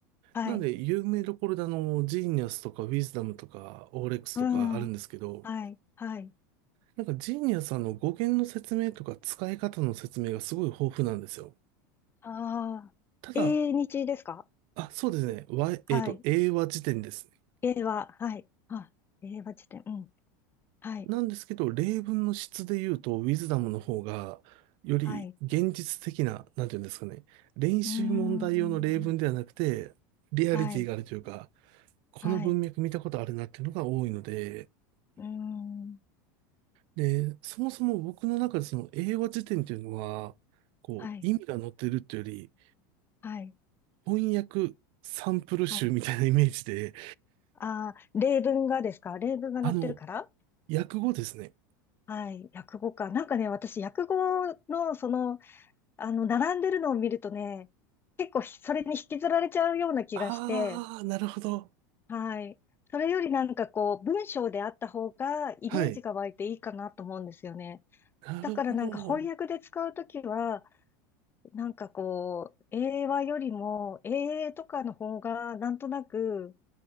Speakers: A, on the left; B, on the right.
A: はい。
B: なので、有名どころであの、ジーニアスとか、ウィズダムとか、オーレックスとかあるんですけど、
A: うん。はい。はい。
B: なんかジーニアさんの語源の説明とか使い方の説明がすごい豊富なんですよ。
A: ああ。
B: ただ、
A: 英日ですか
B: あ、そうですね。わえっと、
A: はい。
B: 英和辞典ですね。
A: 英は、はい。あ、英和辞典。うん。はい。
B: なんですけど、例文の質で言うと、ウィズダムの方が、より現実的な、
A: はい。
B: なんていうんですかね。練習問題用の例文ではなくて、
A: うーん。
B: リアリティがあるというか、
A: はい。
B: この文脈見たことあるなっていうのが多いので、
A: はい。うーん。
B: で、そもそも僕の中でその英和辞典っていうのは、こう、
A: はい。
B: 意味が載ってるっていうより、
A: はい。
B: 翻訳サンプル集みたいなイメージで、
A: はい。ああ、例文がですか例文が載ってるから
B: あの、訳語ですね。
A: はい、訳語か。なんかね、私、訳語の、その、あの、並んでるのを見るとね、結構ひ、それに引きずられちゃうような気がして、
B: ああ、なるほど。
A: はい。それよりなんかこう、文章であった方が、イメージが湧いていいかなと思うんですよね。
B: はい。なるほど。
A: だからなんか翻訳で使うときは、なんかこう、英和よりも、英英とかの方が、なんとなく、